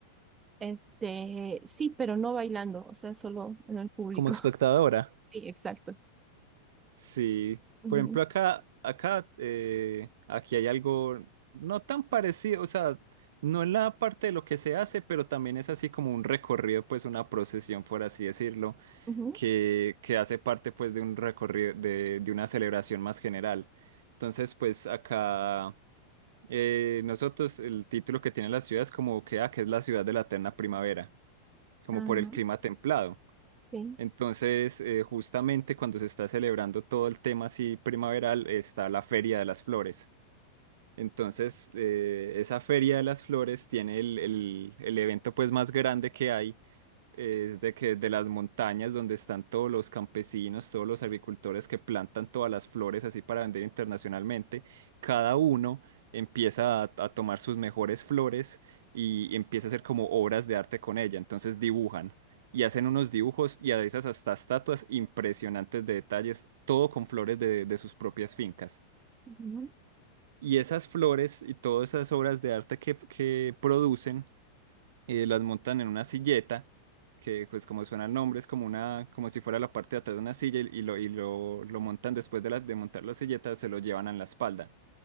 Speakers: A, on the right; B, on the right.
A: Este, sí, pero no bailando, o sea, solo en el público.
B: como espectadora?
A: <laughs> Sí, exacto.
B: Sí,
A: Ujú,
B: por ejemplo, acá, acá, eh, aquí hay algo no tan parecido, o sea, no en la parte de lo que se hace, pero también es así como un recorrido, pues una procesión, por así decirlo,
A: ujú,
B: que, que hace parte pues de un recorrido, de, de una celebración más general. Entonces, pues acá eh, nosotros, el título que tiene la ciudad es como que, ah, que es la ciudad de la eterna primavera, como
A: Ajá.
B: por el clima templado.
A: sí.
B: Entonces, eh, justamente cuando se está celebrando todo el tema así primaveral, está la Feria de las Flores. Entonces, eh, esa Feria de las Flores tiene el, el- el evento pues más grande que hay, es de que de las montañas donde están todos los campesinos, todos los agricultores que plantan todas las flores así para vender internacionalmente, cada uno empieza a, a tomar sus mejores flores y empieza a hacer como obras de arte con ella. Entonces dibujan y hacen unos dibujos y a veces hasta estatuas impresionantes de detalles, todo con flores de, de sus propias fincas.
A: ujú,
B: Y esas flores y todas esas obras de arte que, que producen eh, las montan en una silleta, que pues como suena el nombre, es como una, como si fuera la parte de atrás de una silla y, y lo, y lo, lo montan después de, la- de montar la silleta, se lo llevan en la espalda.